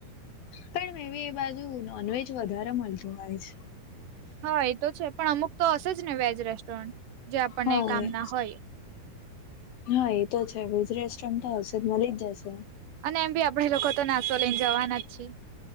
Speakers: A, on the left; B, on the right.
A: પણ મે એ બાજુ નોનવેજ વધારે મળતું હોય છે
B: હા એતો છે પણ અમુક તો હશે જ ને વેજ રેસ્ટોરન્ટ જે આપણને
A: હા.
B: કામ ના હોય
A: હા એતો છે વેજ રેસ્ટોરન્ટ હશે મળી જ જશે
B: અને એમ બી આપડે લોકો તો નાસ્તો લઈને જવાના જ છીએ